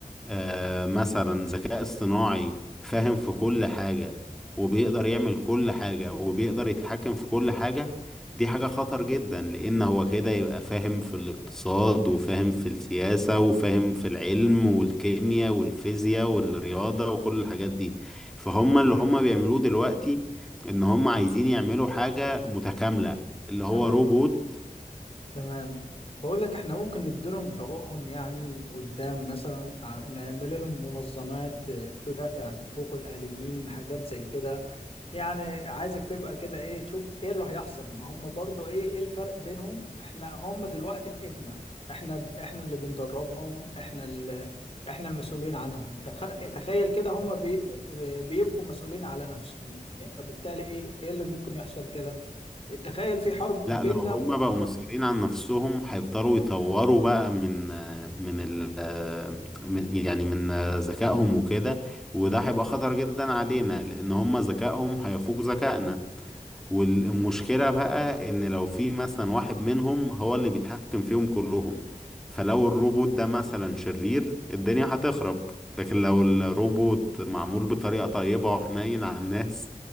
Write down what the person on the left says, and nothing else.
طب
تمام بقول لك احنا ممكن نديلهم حقوقهم يعني قدام مثلا ع- نعمل لهم منظمات آه، تدافع عن حقوق الآليين حاجات زي كده يعني عايزك تبقى كده ايه تشوف ايه اللي هيحصل ما هم برضو ايه ايه الفرق بينهم احنا هم دلوقتي في ايدنا احنا احنا اللي بندربهم احنا اللي احنا المسؤولين عنهم تخ... تخيل كده هم بي... بيبقوا مسؤولين على نفسهم يعني فبالتالي ايه ايه اللي ممكن يحصل كده تخيل في حرب بيننا